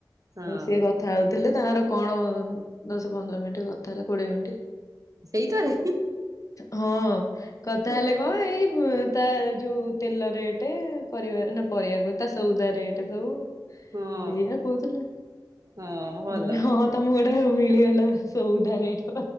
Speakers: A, on the right; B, on the left.
A: ହଁ
B: ସିଏ କ କଥା ହଉଥିଲେ, ତାଙ୍କର କଣ ଦଶ ପନ୍ଦର ମିନିଟ୍, କଥା ହେଲେ କୋଡ଼ିଏ ମିନିଟ୍।
A: ସେଇଥରେ
B: ହଁ, କଥା
A: ହଁ
B: ହେଲେ, କଁ ଏଇ ତା ଯୋଉ ତେଲ ରେଟ୍, ପରିବା ନା, ପରିବା କହୁଚି ତା ସଉଦା ରେଟ୍ ସବୁ।
A: ହଁ
B: ଏଇଆ କହୁଥିଲା
A: ହଁ ଭଲ
B: ମାନେ ହଁ ତମକୁ ଗୋଟେ ମିଳିଗଲା ସଉଦା ରେଟ୍